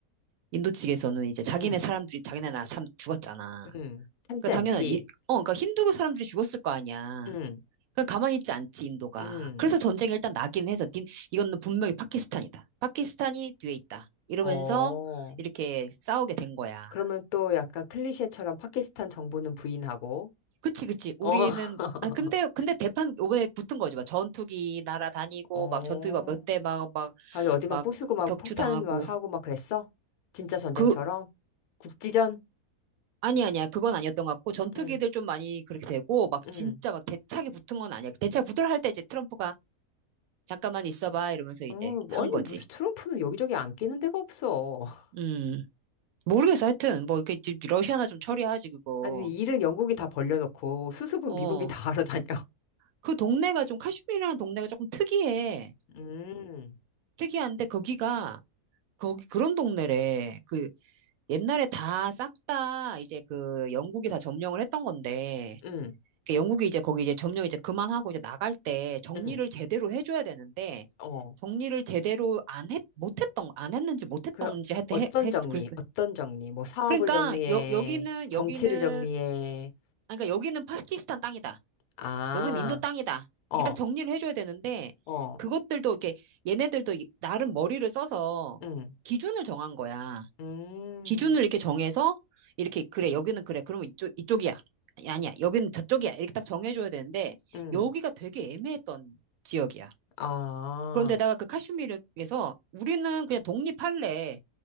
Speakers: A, on the right (about 70°); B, on the left (about 75°).
A: 인도 측에서는 이제 자기네
B: 응,
A: 사람들이, 자기네 나 사람 죽었잖아.
B: 응, 참지
A: 그러니까
B: 않지.
A: 당연하지. 이- 어, 그러니까 힌두교 사람들이 죽었을 거 아니야.
B: 응,
A: 그냥 가만히 있지 않지, 인도가.
B: 응,
A: 그래서 전쟁이 일단 나긴 해서, 닌, 이거는 분명히 파키스탄이다. 파키스탄이 뒤에 있다. 이러면서
B: 어.
A: 이렇게 싸우게 된 거야.
B: 그러면 또 약간 클리셰처럼 파키스탄 정부는 부인하고,
A: 그치, 그치. 우리는,
B: 어, <laughs>
A: 아, 근데, 근데 대판, 이번에 붙은 거지. 막 전투기 날아다니고,
B: 어,
A: 막 전투기 막 몇 대 막, 막,
B: 아주 어디 막
A: 막
B: 부수고 막
A: 격추당하고.
B: 폭탄 막 하고 막 그랬어? 진짜 전쟁처럼?
A: 그,
B: 국지전?
A: 아니, 아니야. 그건 아니었던 것 같고, 전투기들
B: 응,
A: 좀 많이 그렇게 되고, 막
B: 응.
A: 진짜 막 대차게 붙은 건 아니야. 대차 붙으려 할 때 이제 트럼프가 잠깐만 있어봐. 이러면서 이제
B: 어,
A: 한
B: 아니,
A: 거지.
B: 무슨 트럼프는 여기저기 안 끼는 데가 없어. <laughs>
A: 음, 모르겠어. 하여튼, 뭐, 이렇게 좀 러시아나 좀 처리하지, 그거.
B: 아니, 일은 영국이 다 벌려놓고 수습은
A: 어.
B: 미국이 다 하러 다녀.
A: 그 동네가 좀, 카슈미르라는 동네가 조금 특이해.
B: 음,
A: 특이한데, 거기가, 거기 그런 동네래. 그 옛날에 다 싹 다 이제 그 영국이 다 점령을 했던 건데
B: 음,
A: 그 영국이 이제 거기 이제 점령 이제 그만하고 이제 나갈 때 정리를
B: 음,
A: 제대로 해줘야 되는데
B: 어.
A: 정리를 제대로 안 했, 못했던 안 했는지 못했던지
B: 그,
A: 하여튼
B: 어떤
A: 해, 했,
B: 정리,
A: 그랬,
B: 어떤 정리, 뭐 사업을
A: 그러니까
B: 정리해,
A: 여, 여기는
B: 정치를
A: 여기는
B: 정리해.
A: 아, 그러니까 여기는 파키스탄 땅이다.
B: 아,
A: 여기는 인도 땅이다.
B: 어.
A: 이게 딱 정리를 해줘야 되는데
B: 어,
A: 그것들도 이렇게 얘네들도 이- 나름 머리를 써서
B: 응,
A: 기준을 정한 거야.
B: 음,
A: 기준을 이렇게 정해서 이렇게 그래 여기는 그래 그러면 이쪽 이쪽이야 아니, 아니야 여기는 저쪽이야 이렇게 딱 정해줘야 되는데
B: 응,
A: 여기가 되게 애매했던 지역이야
B: 아,
A: 그런데다가 그 카슈미르에서 우리는 그냥 독립할래